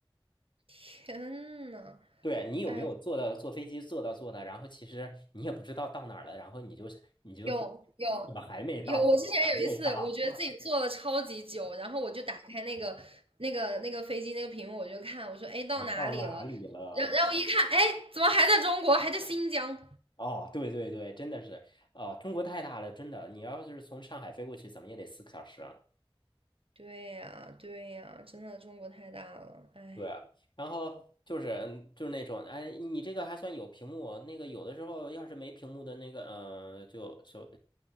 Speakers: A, on the right; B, on the left.
A: 天呐，
B: 对你有没有坐到坐飞机坐到坐的，
A: 哎，
B: 然后其实你也不知道到哪儿了，然后你就你就会
A: 有有有，
B: 怎么还没到，
A: 我之前有一次，
B: 还没到，
A: 我觉得自己坐了超级久，然后我就打开那个那个那个飞机那个屏幕，我就看，我说，哎，到哪里了？
B: 我到哪里了？
A: 然然后我一看，哎，怎么还在中国，还在新疆？
B: 哦，对对对，真的是，哦，中国太大了，真的，你要是从上海飞过去，怎么也得四个小时。
A: 对呀，对呀，真的中国太大了，哎。
B: 对，啊，然后就是嗯就是那种，哎，你这个还算有屏幕哦那个有的时候要是没屏幕的那个，嗯、就就